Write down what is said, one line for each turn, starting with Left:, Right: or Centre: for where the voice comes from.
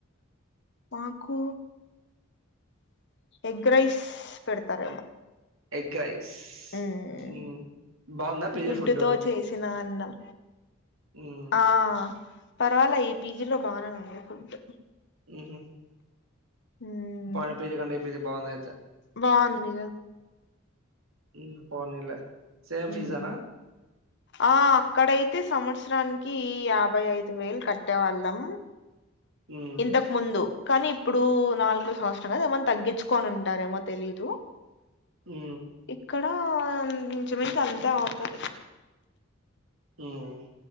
Left: మాకు ఎగ్ రైస్ పెడతారేమో
Right: ఎగ్ రైస్
Left: మ్మ్
Right: మ్ బాగుందా పేజే
Left: గుడ్డుతో
Right: ఫుడ్డు
Left: చేసిన అన్నం
Right: ఉమ్
Left: ఆ పర్వాలే ఈ పీజీలో బానే ఉంది ఫుడ్
Right: ఊహా
Left: మ్మ్
Right: వాడ పిజి కన్నా ఈ పిజి బాగుంది ఆయితే
Left: బాగుంది నిజంగానే
Right: మ్ పోనీలే సేమ్
Left: మ్మ్
Right: ఫీజనా
Left: ఆ అక్కడైతే సంవత్సరానికి యాభై ఐదు వేలు కట్టేవాళ్ళం
Right: ఉమ్
Left: ఇంతకు ముందు కానీ ఇప్పుడు నాలుగో సంవత్సరం క ఏమనా తగ్గించుకని ఉంటారేమో తెలీదు
Right: మ్
Left: ఇక్కడ నిజమకి అంతే అవుతాది
Right: మ్